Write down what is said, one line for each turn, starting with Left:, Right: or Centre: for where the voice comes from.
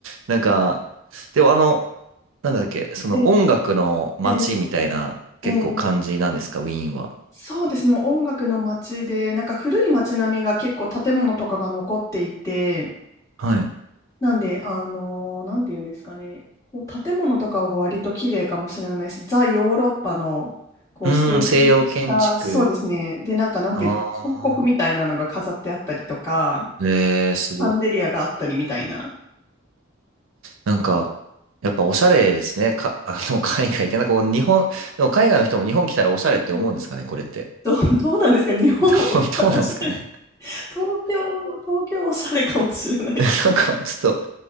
Right: なんか、でもあの、なんだっけ、その音楽の街みたいな、
Left: ええ、ええ、
Right: 結構感じなんですか、
Left: ええ
Right: ウィーンは。
Left: そうですね。もう音楽の街で、なんか古い街並みが結構建物とかが残っていて、
Right: はい。
Left: なんで、あのーなんていうんですかね。こう建物とかは割と綺麗かもしれないです。ザ・ヨーロッパの、こう整然とした、
Right: うーん、西洋建築。
Left: そうですね。で、なんかなんていうんですか、
Right: あ
Left: 彫刻みたいなのが飾ってあったりとか、
Right: ー。えー、すごい。
Left: シャンデリアがあったりみたいな。
Right: なんか、やっぱおしゃれですね。か、<laughs> あの、海外って。なんかこう、日本、でも海外の人も日本来たらおしゃれって思うんですかね、
Left: <laughs> うん
Right: これって。
Left: どう、どうなんですか日本おしゃ、
Right: <laughs> どうなんですかね。
Left: おしゃれ、東京、東京おしゃれかもしれないけど。
Right: <laughs> なんか、ちょっと、